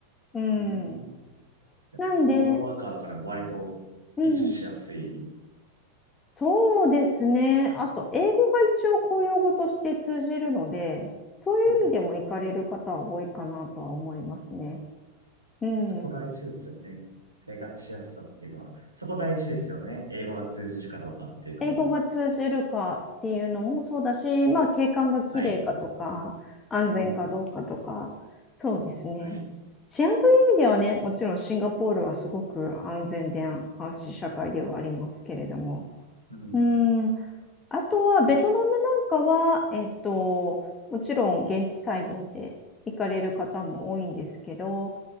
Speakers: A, on the left (about 20°); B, on the right (about 85°).
A: うん。
B: うん。
A: なんで、
B: ノマドワーカーだから割と移住しやすい。
A: うん、そうですね。あと、英語が一応公用語として通じるので、そういう意味でも行かれる方は多いかなとは思いますね。
B: うん。
A: うん。
B: そこ大事ですよね。
A: ん
B: 生活しやすさっていうのは。そこ大事ですよね。英語が通じるかどうかっていうのも。
A: 英語が通じるかっていうのもそうだし、まあ、景観が綺麗かとか、
B: はい。
A: 安全かどうかとか、
B: うん。
A: そうですね。
B: はい。
A: 治安という意味ではね、もちろんシンガポールはすごく安全で監視社会ではありますけれども、
B: うん。
A: うん、あとは、ベトナムなんかは、えっと、もちろん現地採用で行かれる方も多いんですけど、